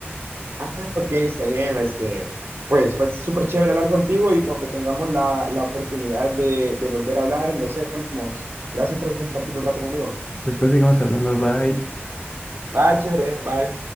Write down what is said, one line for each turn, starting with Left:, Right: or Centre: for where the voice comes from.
Right: Ah, ok, está bien. Este, pues fue súper chévere hablar contigo y cuando tengamos la, la oportunidad de, de volver a hablar, lo hacemos. Gracias por compartir un rato conmigo.
Left: Después seguimos hablando, bye.
Right: Bye, chévere, bye.